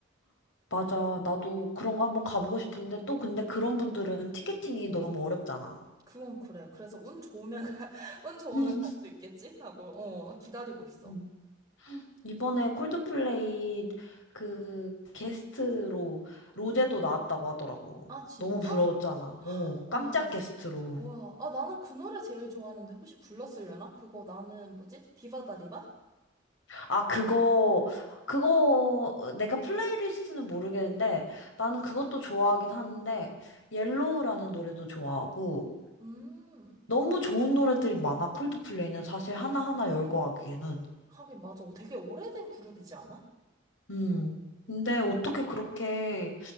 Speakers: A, on the left; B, on the right.
A: 맞아. 나도 그런 거 한번 가보고 싶은데 또 근데 그런 분들은 티켓팅이 너무 어렵잖아.
B: 그건 그래. 그래서 운 좋으면 가, <laughs> 운 좋으면
A: <laughs>
B: 갈 수 있겠지? 하고 어 기다리고 있어.
A: 음. 이번에 콜드플레이 그 게스트로 로제도 나왔다고 하더라고.
B: 아 진짜?
A: 너무 부러웠잖아. 오,
B: 와.
A: 깜짝 게스트로.
B: 와. 아 나는 그 노래 제일 좋아하는데 혹시 불렀으려나? 그거 나는 뭐지? 비바다리바?
A: 아, 그거, 그거, 내가 플레이리스트는 모르겠는데, 나는 그것도 좋아하긴 하는데, 옐로우라는 노래도 좋아하고,
B: 음.
A: 너무 좋은 노래들이 많아, 콜드플레이는 사실 하나하나 열거 하기에는.
B: 하긴 맞아. 되게 오래된 그룹이지 않아?
A: 음. 근데
B: 음.
A: 어떻게 그렇게